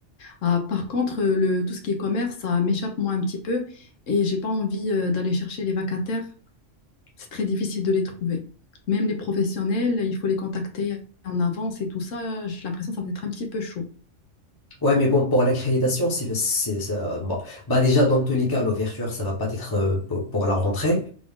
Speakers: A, on the left (about 80°); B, on the left (about 20°).
A: Ah, par contre, euh, le, tout ce qui est commerce, ça m'échappe moi un petit peu et j'ai pas envie euh, d'aller chercher les vacataires. C'est très difficile de les trouver. Même les professionnels, il faut les contacter en avance et tout ça. J'ai l'impression que ça peut être un petit peu chaud.
B: Ouais, mais bon, pour l'accréditation, c'est, c'est ça. Bon, bah déjà, dans tous les cas, l'ouverture, ça va pas être euh, pour, pour la rentrée.